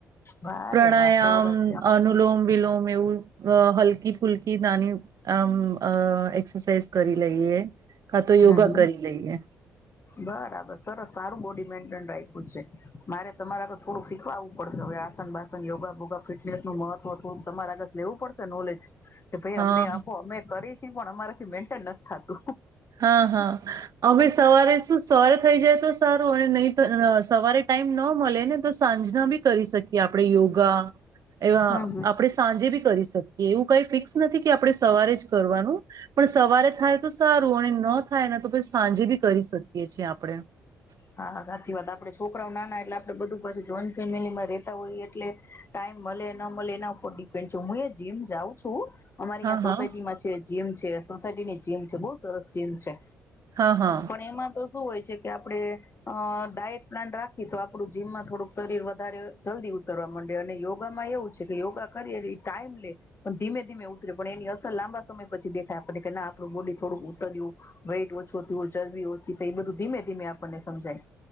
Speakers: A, on the left (about 35°); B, on the right (about 55°).
A: વારે
B: પ્રાણાયામ,
A: વા સરસ
B: અનુલોમ વિલોમ એવું હલકી ફુલકી નાની. આમ અ એક્સરસાઇઝ કરી લઈએ. કા તો
A: હમ
B: યોગા કરી લઈએ
A: બરાબર સરસ સારું બોડીમેન્ટ ્યું છે મારે તમારે આગત થોડુંક શીખવાવું પડશે હવે આસન બાસન યોગા ભોગા ફિટનેસ નું મહત્વ થોડુંક તમારે આગત લેવું પડશે નોલેજ કે ભાઈ
B: હા
A: અમને આપો અમે કરી છી પણ અમારે મેન્ટેન નથી થતું
B: હા હા અમે સવારે શું સવારે થઈ જાય તો સારું નહી સવારે ટાઈમ ન મળે ને તો સાંજે બી કરી શકીએ આપણે ય ા એવા
A: હા
B: આપણે સાંજે બી કરી શકીએ એવું કઈ ફિક્સ નથી કે આપણે સવારે જ કરવાનું પણ સવારે થાય તો સારું ન થાય ને તો પછી સાંજે બી કરી શકીએ છીએ આપણે <unintelligible>
A: હા સાચી વાત આપડે છોકરાઓ નાના એટલે આપડે બધું પાછું જોઈન્ટ ફેમિલીમાં રેતા હોય એટલે ટાઈમ મળે ન મળે એના ઉપર ડિપેન્ડ છે હું એ જીમ જાઉં છું અમારી
B: હા
A: અયાં સોસાયટી
B: હા
A: માં છે જીમ છે સોસાયટીની જીમ છે બહુ સરસ જીમ છે.
B: હા હા
A: પણ એમાં તો શું હોય છે કે આપડે અ ડાયટ પ્લાન રાખી તો આપડું જીમમાં થોડુંક શરીર વધારે જલ્દી ઉતરવા મંડે અને યોગામાં એવું છે કે યોગા કરી એ એવી ટાઈમ લે પણ ધીમે ધીમે ઉતરે પણ એની અસર લાંબા સમય પછી દેખાય આપણે કે ના આપડુ બોડી થોડુંક ઉતર્યું વેઇટ ઓછું થયું ચરબી ઓછી થઈ બધું ધીમે ધીમે આપણને સમજાય